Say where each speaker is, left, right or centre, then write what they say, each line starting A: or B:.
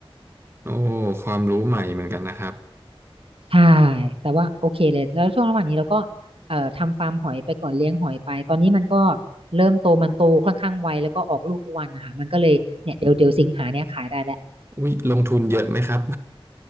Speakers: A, on the right; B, on the right.
A: โอ้ความรู้ใหม่เหมือนกันนะครับ
B: ใช่ แต่ว่าโอเคเลย แล้วช่วงระหว่างนี้เราก็เอ่อทำฟาร์มหอยไปก่อนเลี้ยงหอยไป ตอนนี้มันก็เริ่มโตมันโตค่อนข้างไวแล้วก็ออกลูกทุกวันนะคะ มันก็เลยเนี่ยเดี๋ยวเดี๋ยวสิงหาเนี่ยขายได้แหละ
A: วิลงทุนเยอะไหมครับ